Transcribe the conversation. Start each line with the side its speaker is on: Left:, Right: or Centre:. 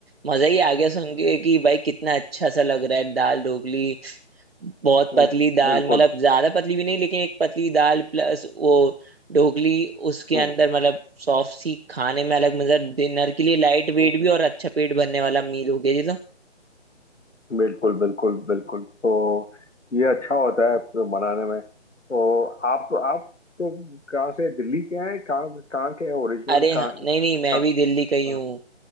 Right: मजा ही आ गया सुन
Left: हम्म,
Right: के कि भाई कितना अच्छा सा लग रहा है दाल ढोकली बहुत
Left: हम्म,
Right: पतली दाल
Left: बिल्कुल
Right: मतलब ज्यादा पतली भी नहीं लेकिन एक पतली दाल प्लस वो ढोकली उसके
Left: हम्म
Right: अंदर मतलब सॉफ्ट सी खाने में अलग मतलब डिनर के लिए लाइट वेट
Left: हम्म हम्म।
Right: भी और अच्छा पेट भरने वाला मील हो गया जी तो
Left: बिल्कुल बिल्कुल बिल्कुल तो ये अच्छा होता है तो बनाने में तो आप आप तो कहाँ से दिल्ली के हैं कहाँ कहाँ के हैं ओरिजिनल
Right: अरे हाँ
Left: कहाँ कहाँ
Right: नहीं नहीं मैं भी दिल्ली का ही
Left: हाँ,
Right: हूँ